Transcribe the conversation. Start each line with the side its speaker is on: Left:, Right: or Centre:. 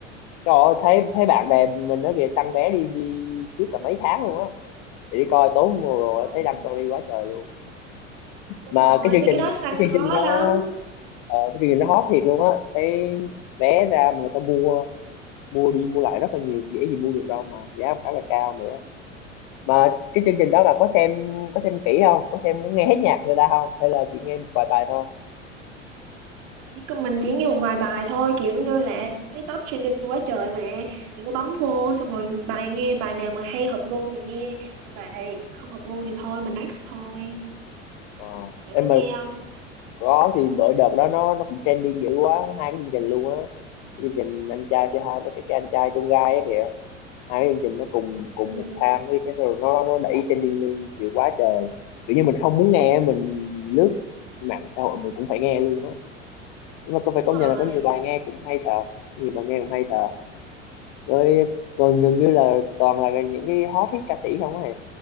Left: Trời ơi, thấy thấy bạn bè mình nó kìa săn vé đi đi trước cả mấy tháng luôn á. Để đi coi tốn mùa rồi
Right: Ừ,
Left: thấy đăng story quá trời luôn.
Right: đúng
Left: Mà
Right: rồi,
Left: cái chương
Right: mấy
Left: trình
Right: cái đó săn
Left: cái chương
Right: khó
Left: trình nó
Right: lắm
Left: ờ, cái chương trình nó hot thiệt luôn á. Thấy vé ra mà người ta mua mua đi mua lại rất là nhiều dễ gì mua được đâu mà giá khá là cao nữa. mà cái chương trình đó bà có xem có xem kỹ không có xem nghe hết nhạc người ta không hay là chỉ nghe một vài bài thôi
Right: chỉ có Mình chỉ nghe một vài bài thôi Kiểu như là thấy top trending quá trời mà Thì cứ bấm vô xong rồi bài nghe bài nào mà hay hợp gu thì nghe Còn bài không hợp gu thì thôi, mình next thôi
Left: ờ
Right: Bạn
Left: em
Right: có nghe
Left: mà
Right: không?
Left: có thì bữa đợt đó nó nó cũng trending dữ quá có hai cái chương trình luôn á Cái chương trình anh trai c hai với cái, cái anh trai trong gai á kìa hai cái chương trình nó cùng cùng
Right: Ừ,
Left: một time với cái rồi nó nó đẩy trending lên kiểu quá trời kiểu như mình không muốn nghe mình lướt mạng xã hội mình cũng phải nghe luôn á nhưng mà có
Right: đúng
Left: phải công
Right: rồi
Left: nhận là có nhiều bài nghe cũng hay thật nhiều bài nghe cũng hay thật với gần gần như là toàn là những cái hot hit ca sĩ không á